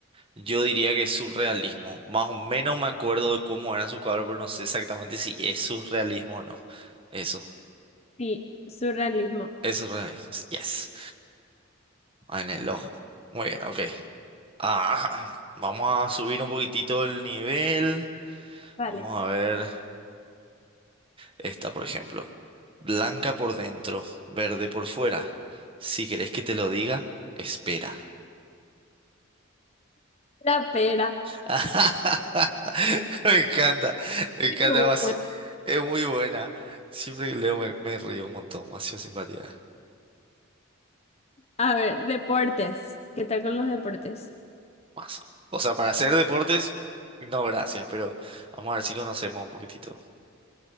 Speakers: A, on the right; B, on the left.
A: Yo diría que es surrealismo. Más o menos me acuerdo de cómo eran sus cuadros, pero no sé exactamente si es surrealismo o no. Eso.
B: Sí, surrealismo.
A: Es re- Yes. Ah, En el
B: Y-
A: ojo. Muy bien, ok. Ah, vamos a subir un poquitito el nivel.
B: Vale.
A: Vamos a ver esta, por ejemplo. Blanca por dentro, verde por fuera. Si querés que te lo diga, espera.
B: La pera. <laughs>
A: <laughs> Me encanta, me encanta.
B: Pero
A: Macio.
B: bueno.
A: Es muy buena. Siempre que leo me, me río un montón. Más simpatía.
B: A ver, deportes. ¿Qué tal con los deportes?
A: Mazo. O sea, para hacer deportes, no gracias, pero vamos a ver si conocemos un poquitito.